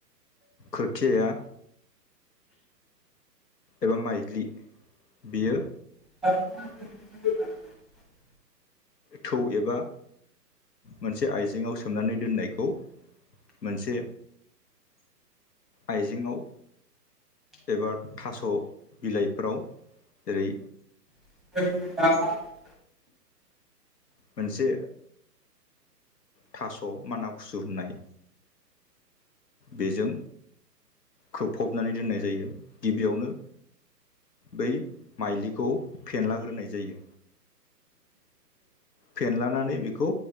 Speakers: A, on the left; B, in the centre.
A: खोथियाया एबा माइज्लि बियो
B: <unintelligible> <inaudible>
A: थौ एबा मोनसे आइजेेंआव सोमनानै दोननायखौ मोनसे आइजेेंआव एबा थास' बिलाइफोराव जेरै
B: <inaudible>
A: मोनसे थास' माना खुसु होननाय बेजों खोबफबनानै दोननाय जायो गिबियावनो बै माइलिखौ फेनलाग्रोनाय जायो फेनलानानै बेखौ